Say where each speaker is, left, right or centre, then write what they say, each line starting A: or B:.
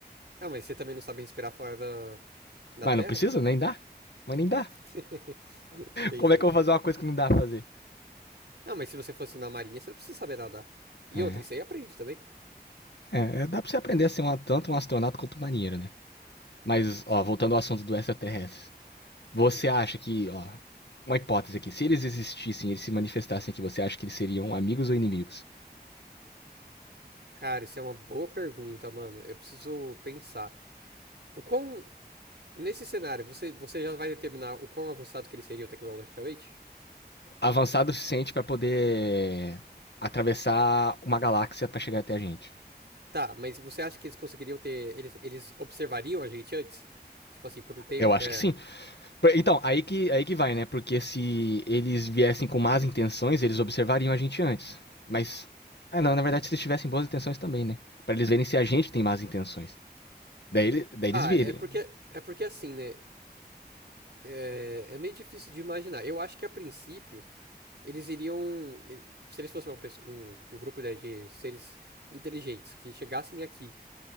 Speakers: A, on the right; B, on the left.
A: ah, mas você também não sabe respirar fora da, da
B: Mas
A: terra?
B: não precisa, nem dá. Mas nem dá.
A: <laughs> Entendi.
B: Como é que eu vou fazer uma coisa que não dá pra fazer?
A: Ah, mas se você fosse na marinha, você não precisa saber nadar. E
B: É,
A: outra, isso aí aprende também.
B: é, é, dá pra você aprender a ser um, tanto um astronauta quanto um marinheiro, né? Mas,
A: Sim.
B: ó, voltando ao assunto do extraterrestre. Você
A: Hum.
B: acha que, ó, uma hipótese aqui, se eles existissem, eles se manifestassem aqui, você acha que eles seriam amigos ou inimigos?
A: Cara, isso é uma boa pergunta, mano. Eu preciso pensar. O quão. Nesse cenário, você, você já vai determinar o quão avançado que ele seria tecnologicamente?
B: avançado o suficiente para poder atravessar uma galáxia para chegar até a gente.
A: Tá, mas você acha que eles conseguiriam ter. Eles, eles observariam a gente antes? Tipo assim, por um tempo
B: Eu
A: até.
B: acho que sim. Então, aí que, aí que vai, né? Porque se eles viessem com más intenções, eles observariam a gente antes. Mas.
A: Assim.
B: Ah, não, na verdade, se eles tivessem boas intenções também, né? Pra eles verem se a gente tem más intenções. Daí, daí
A: Ah,
B: eles virem.
A: é porque. É porque assim, né? É, é meio difícil de imaginar. Eu acho que a princípio, eles iriam. Se eles fossem uma pessoa- um, um grupo né, de seres inteligentes que chegassem aqui